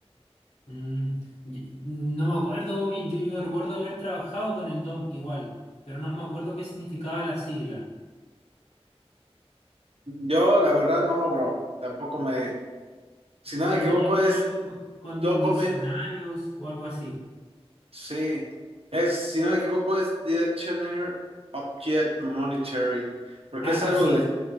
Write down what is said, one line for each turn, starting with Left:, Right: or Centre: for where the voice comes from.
Left: Mm, y- no me acuerdo bien. Yo, yo recuerdo haber trabajado con el DOM igual, pero no me acuerdo qué significaba la sigla.
Right: Yo, la verdad, no, bro. Tampoco me. Si no
Left: Pero
Right: me equivoco,
Left: tenía que
Right: es
Left: ver algo con, con
Right: Document.
Left: diccionarios o algo así.
Right: Sí. Es, si no me equivoco, es Directioner Object Monitoring. Porque
Left: Algo
Right: es algo
Left: así,
Right: de.